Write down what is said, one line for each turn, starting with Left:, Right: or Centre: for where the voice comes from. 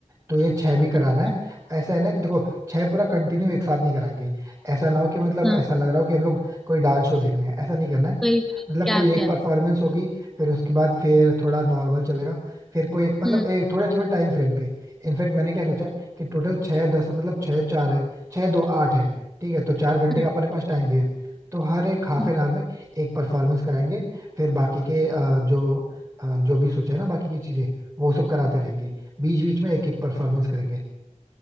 Right: तो ये छह भी कराना
Centre: अच्छा,
Right: है ऐसा है ना कि देखो छह पूरा कंटिन्यू एक साथ नहीं कराएंगे ऐसा ना हो कि मतलब
Centre: हाँ
Right: ऐसा लग रहा हो कि हम लोग कोई डांस शो देखने हैं ऐसा नहीं करना है
Centre: वही वही
Right: मतलब
Centre: गैप
Right: कोई एक
Centre: गैप
Right: परफॉर्मेंस होगी फिर उसके बाद फिर थोड़ा नॉर्मल चलेगा फिर कोई एक मतलब
Centre: हम्म
Right: एक थोड़े थोड़े टाइम फ्रेम पे इनफैक्ट मैंने क्या सोचा है कि टोटल छः दस मतलब छः चार है छः दो आठ है ठीक है तो चार घंटे
Centre: हम्म,
Right: का अपने पास टाइम भी है तो हर एक हाफ
Centre: हम्म,
Right: एन आवर में एक परफॉर्मेंस कराएंगे फिर बाकी के अ, जो अ, जो भी सोचा है ना बाकी की चीजें वो सब कराते रहेंगे बीच बीच में एक एक परफॉर्मेंस करेंगे